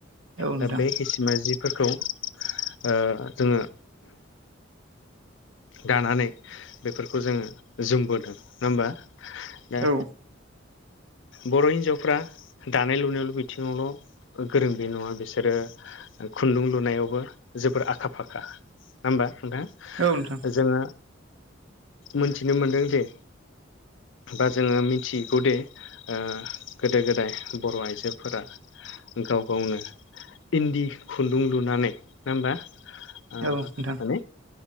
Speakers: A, on the right (about 75°); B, on the left (about 65°).
A: औ नोंथां
B: दा बे हिसिमा जिफोरखौ ओ जोङो दानानै बेफोरखौ जोङो जोमबोदों नङा होमबा? दा
A: औ
B: बर' हिन्जावफ्रा दानाय लुनायावल' बिथिङावल' गोरों बे नङा बिसोरो खुन्दुं लुनायावबो जोबोर आखा फाखा। नङा होमबा नोंथा?
A: औ नोंथां।
B: जोङो मोनथिनो मोनदों जे बा जोङो मिथिगौ दे ओ गोदो गोदाय बर' आइजोफोरा गाव गावनो इन्दि खुन्दुं लुनानै, नङा होमबा? ओ
A: औ नोंथां।
B: माने